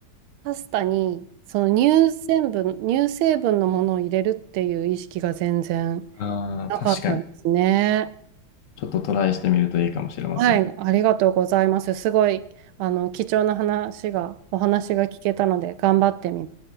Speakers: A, on the right; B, on the left.
A: パスタに、その乳成分、乳成分のものを入れるっていう意識が全然
B: ああ、
A: なかったですね。
B: 確かに。ちょっとトライしてみるといいかもしれません。
A: はい、ありがとうございます。すごい、あの、貴重な話が、お話が聞けたので、頑張ってみます。